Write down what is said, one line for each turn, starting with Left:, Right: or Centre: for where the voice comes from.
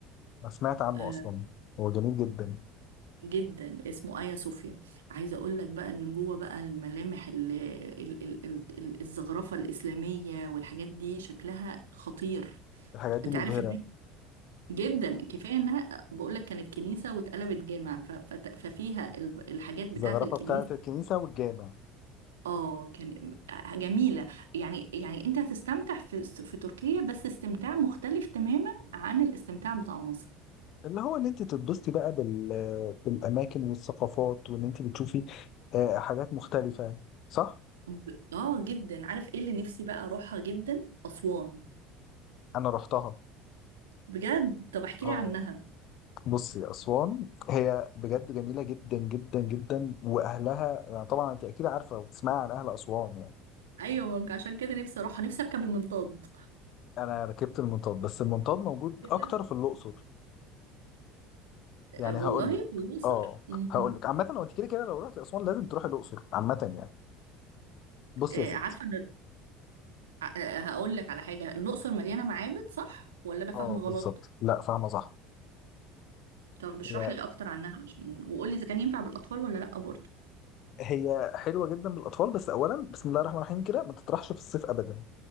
Left: انا سمعت عنه
Right: آه،
Left: اصلا هو جميل جدا
Right: جدا اسمه آيا صوفيا عايزه اقول لك بقى ان جوه بقى الملامح ال ال ال ال ال- الزخرفه الاسلاميه والحاجات دي شكلها خطير
Left: الحاجات دي
Right: انت
Left: مبهرة
Right: عارف ان جدا كفايه انها بقول لك كانت كنيسه واتقلبت جامع ف- فت- ففيها ال- الحاجات بتاعه
Left: الزخرفة
Right: الكنيسه
Left: بتاعة الكنيسة والجامع
Right: اه كان جميله يعني يعني انت هتستمتع في في تركيا بس استمتاع مختلف تماما عن الاستمتاع بتاع مصر
Left: اللي هو ان انت تتبسطي بقى بال... بالاماكن والثقافات وان انت بتشوفي آه، حاجات مختلفة صح؟
Right: ب- اه جدا عارف ايه اللي نفسي بقى اروحها جدا اسوان
Left: انا رحتها
Right: بجد طب احكي
Left: اه
Right: لي عنها
Left: بصي اسوان هي بجد جميله جدا جدا جدا واهلها يعني طبعا انت اكيد عارفه وبتسمعي عن اهل اسوان يعني
Right: ايوه ممكن عشان كده نفسي اروح نفسي اركب المنطاد
Left: انا ركبت المنطاد بس المنطاد موجود
Right: كده.
Left: اكتر في الاقصر
Right: آه،
Left: يعني
Right: والله
Left: هقول لك
Right: الاقصر
Left: اه
Right: مم.
Left: هقول لك عامه هو انت كده كده لو رحت اسوان لازم تروحي الاقصر عامه يعني بصي
Right: آه،
Left: يا ستي
Right: عارفه أنا- آه، آه، هقول لك على حاجه الاقصر مليانه معابد صح ولا انا فاهمه
Left: اه
Right: غلط
Left: بالظبط لا فاهمه صح
Right: طب اشرح
Left: هي
Right: لي اكتر عنها عشان وقول لي اذا كان ينفع بالاطفال ولا لا برضه
Left: هي حلوه جدا للاطفال بس اولا بسم الله الرحمن الرحيم كده ما تطرحش في الصيف ابدا